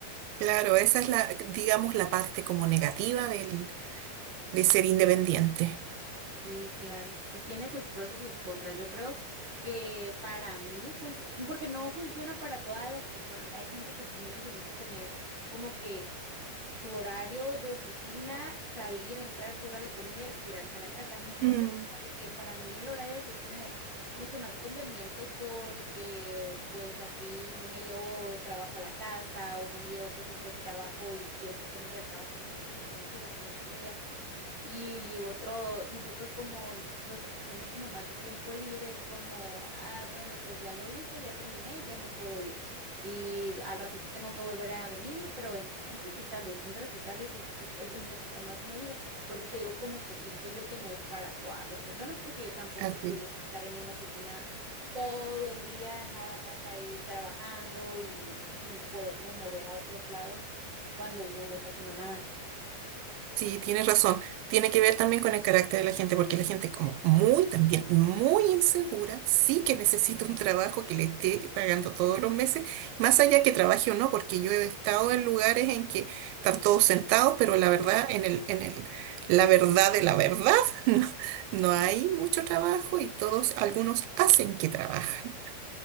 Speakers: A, on the right; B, on the right.
A: Claro, esa es la, digamos, la parte como negativa del, de ser independiente.
B: Sí, claro. Pues tiene sus pros y sus contras. Yo creo que para mí funciona, porque no funciona para todas las personas. Hay gente que sí necesita tener como que su horario de oficina, salir, entrar, su hora de comida y retirarse a la casa. Mucha
A: Mm,
B: gente es como de que para mí el horario de oficina es mucho más conveniente porque pues así no me llevo trabajo a la casa o no me llevo cosas de trabajo y pienso cosas del trabajo mientras estoy con mis hijos, con mi familia. Y, y otro, nosotros como los que somos como más de tiempo libre, es como, ah, bueno, pues ya lo hice, ya terminé, ya me puedo ir. Y al ratito tengo que volver a venir, pero ent- entras y sales, entras y sales, entonces es un poquito más movido. Por eso te digo como que siento yo que no es para todas las personas, porque yo tampoco
A: así.
B: pudiese estar en una oficina todo el día, nada más ahí trabajando y sin poderme mover a otros lados cuando uno no está haciendo nada.
A: Sí, tienes razón. Tiene que ver también con el carácter de la gente, porque la gente es como muy también, muy insegura, sí que necesita un trabajo que le esté pagando todos los meses, más allá que trabaje o no, porque yo he estado en lugares en que están todos sentados, pero la verdad, en el, en el, la verdad de la verdad, <laughs> no, no hay mucho trabajo y todos, algunos hacen que trabajan.